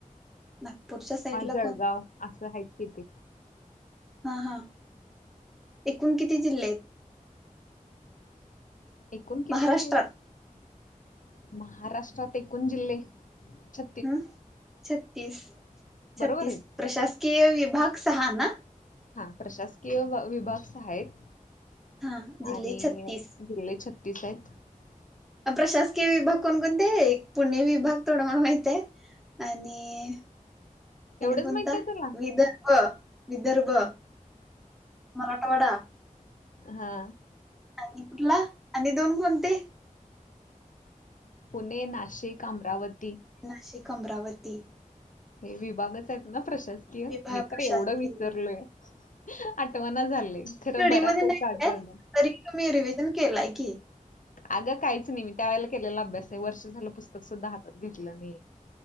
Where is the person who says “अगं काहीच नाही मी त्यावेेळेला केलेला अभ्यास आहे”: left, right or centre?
Left